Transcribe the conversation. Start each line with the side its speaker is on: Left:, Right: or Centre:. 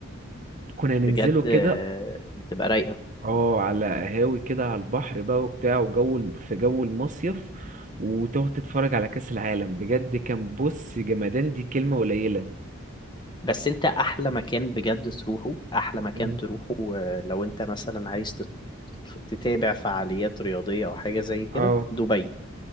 Right: كنا ننزله
Left: بجد
Right: كده
Left: آه، بتبقى رايقة
Right: اه على قهاوي كده على البحر بقى وبتاع وجو الم- في جو المصيف وتقعد تتفرج على كأس العالم بجد كان بص جمدان دي كلمة قليلة
Left: بس انت احلى مكان بجد تروحه احلى مكان
Right: مم.
Left: تروحه آه، لو انت مثلا عايز تت- تت- تتابع فعاليات رياضية او حاجة زي كده
Right: اه
Left: دبي